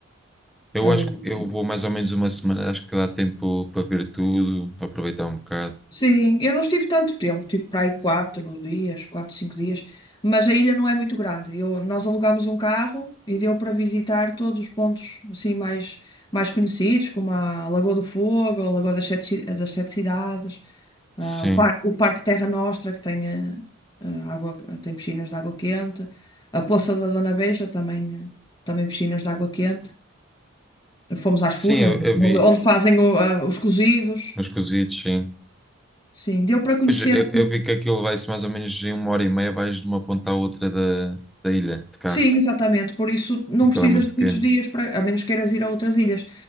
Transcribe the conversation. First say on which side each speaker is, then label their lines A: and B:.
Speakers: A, in the centre; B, on the left.
A: Eu
B: é
A: acho
B: lindíssimo.
A: que eu vou mais ou menos uma semana, acho que dá tempo para ver tudo, para aproveitar um bocado.
B: Sim, eu não estive tanto tempo, tive para aí quatro dias, quatro, cinco dias, mas a ilha não é muito grande. Eu, nós alugámos um carro e deu para visitar todos os pontos assim mais, mais conhecidos, como a Lagoa do Fogo, a Lagoa das Sete, Ci- das Sete Cidades. Ah,
A: Sim,
B: o parque, o Parque Terra Nostra, que tem, eh, ah, água, tem piscinas de água quente. A Poça da Dona Beija também, eh, também piscinas de água quente. Fomos às Furnas,
A: sim, eu, eu
B: onde,
A: vi
B: onde fazem o, ah, os cozidos.
A: uns cozidos, sim.
B: Sim, deu para conhecer
A: Mas eu, eu
B: assim,
A: vi que aquilo vai-se mais ou menos em uma hora e meia, vais de uma ponta à outra da, da ilha, de carro.
B: Sim, exatamente. Por isso não
A: Aquilo
B: precisas
A: é muito
B: de muitos
A: pequeno.
B: dias, para, a menos queiras ir a outras ilhas.